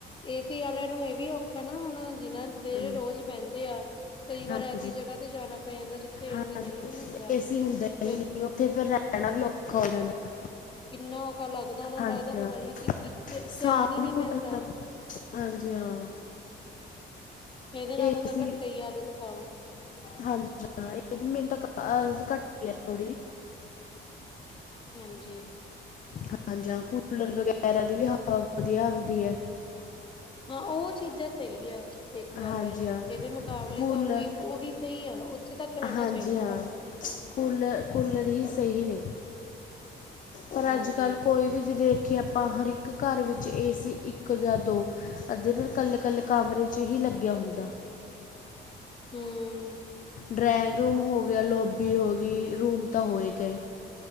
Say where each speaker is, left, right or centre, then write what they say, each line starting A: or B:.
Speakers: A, on the left; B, on the left.
A: ਏ ਸੀ ਆਲਿਆਂ ਨੂੰ ਇਹ ਵੀ ਔਖਾ ਨਾ ਹੁਣ ਜਿਨਾਂ ਦੇ
B: ਹਾਂਜੀ,
A: ਰੋਜ਼ ਬਹਿੰਦੇ ਆ ਕਈ ਵਾਰ
B: ਹਾਂਜੀ
A: ਐਸੀ ਜਗ੍ਹਾ ਤੇ ਜਾਣਾ ਪੈ ਜਾਂਦਾ, ਜਿੱਥੇ
B: ਹਾਂਜੀ
A: ਏ ਸੀ ਨਹੀਂ ਵੀ ਹੁੰਦਾ,
B: ਏਸੀ ਹੁੰਦਾ
A: ਫਿਰ
B: ਹੀ ਨਹੀਂ ਉੱਥੇ ਫਿਰ ਰਹਿਣਾ ਵੀ ਔਖਾ ਹੋ ਜਾਂਦਾ
A: ਕਿੰਨਾ ਔਖਾ ਲੱਗਦਾ, ਉਹਨਾ ਨੂੰ
B: ਹਾਂਜੀ
A: ਲੱਗਦਾ
B: ਹਾਂ
A: ਪਤਾ ਨੀ ਅਸੀ ਕਿੱਥੇ,
B: ਸਾਹ
A: ਚੈਨ ਹੀ ਨਹੀਂ
B: ਵੀ
A: ਮਿਲਦਾ।
B: ਘੁੱਟਣ ਲੱਗ ਹਾਂਜੀ ਹਾਂ।
A: ਇਹਦੇ ਨਾਲੋ
B: ਏਸੀ
A: ਤਾਂ ਘੱਟੇ ਹੀ ਆਦਤ ਪਾਓ।
B: ਹਾਂਜੀ ਹਾਂ, ਇਹਦੀ ਮਿਹਨਤ ਅਹ ਘੱਟ ਆ ਥੋੜੀ ਜਿ
A: ਹਾਂਜੀ।
B: ਹਾਂ, ਜਾਂ ਕੂਲਰ ਵਗੈਰਾ ਦੀ ਵੀ ਹਵਾ ਵਧੀਆ ਆਂਦੀ ਹੈ।
A: ਹਾਂ ਉਹ ਚੀਜ਼ਾਂ ਸਹੀ ਆ ਦੇਖਿਆ
B: ਹਾਂਜੀ
A: ਜਾਏ ਇਹਦੇ
B: ਹਾਂ
A: ਮੁਕਾਬਲੇ
B: ਕੂਲਰ
A: ਤਾਂ ਉਹੀ ਉਹੀ ਸਹੀ ਆ ਉੱਥੇ ਤੱਕ ਰਹਿਣਾ
B: ਹਾਂਜੀ
A: ਚਾਹੀਦਾ
B: ਹਾਂ
A: ਕੰਮ।
B: ਕੂਲਰ ਕੂਲਰ ਹੀ ਸਹੀ ਨੇ ਪਰ
A: ਹਾਂਜੀ
B: ਅੱਜ ਕੱਲ੍ਹ ਕੋਈ ਵੀ ਜੇ ਦੇਖੀਏ ਆਪਾਂ ਹਰ ਇੱਕ ਘਰ ਵਿੱਚ ਏ ਸੀ ਇੱਕ ਜਾਂ ਦੋ ਅੱਧੇ ਦਿਨ ਕੱਲੇ ਕੱਲੇ ਕਮਰੇ ' ਹੀ ਲੱਗਿਆ ਹੁੰਦਾ
A: ਹੂੰ
B: ਡਰਾਇੰਗ ਰੂਮ ਹੋ ਗਿਆ ਲੋਬੀ ਹੋ ਗਈ ਰੂਮ ਤਾਂ ਹੋ ਹੀ ਗਏ